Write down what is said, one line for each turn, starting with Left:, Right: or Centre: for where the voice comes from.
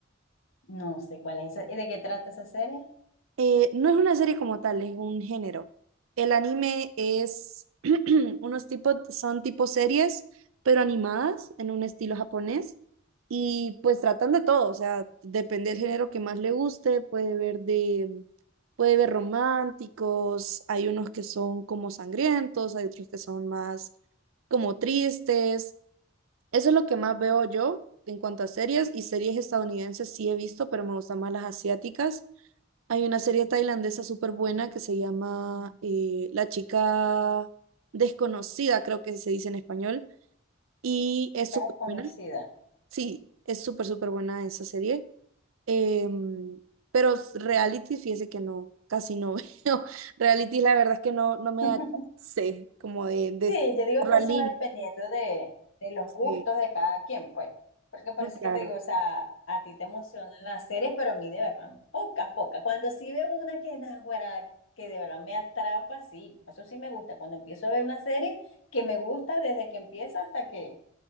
Left: No sé cuál es ese. ¿De qué trata esa serie?
Right: Eh, no es una serie como tal, es un género. El anime es <clears throat> unos tipos, son tipo series, pero animadas en un estilo japonés. Y pues tratan de todo, o sea, depende del género que más le guste, puede ver de, puede ver románticos, hay unos que son como sangrientos, hay otros que son más como tristes. Eso es lo que más veo yo en cuanto a series, y series estadounidenses sí he visto, pero me gustan más las asiáticas. Hay una serie tailandesa súper buena que se llama eh, La chica desconocida, creo que se dice en español, y es
Left: Chica
Right: súper
Left: desconocida.
Right: buena. Sí, es súper, súper buena esa serie. Em, pero reality, fíjese que no, casi no <laughs> veo. Reality, la verdad es que no, no me
Left: <laughs>
Right: da chance como de, de
Left: Sí, yo digo
Right: la
Left: que eso
Right: línea.
Left: va dependiendo de, de los
Right: Sí,
Left: gustos de cada quien, pues. Porque por
Right: muy
Left: eso
Right: claro.
Left: que te digo, o sea, a ti te emocionan las series, pero a mí de verdad, pocas, pocas. Cuando sí veo una que naguará, que de verdad me atrapa, sí, eso sí me gusta. Cuando empiezo a ver una serie que me gusta desde que empieza hasta que,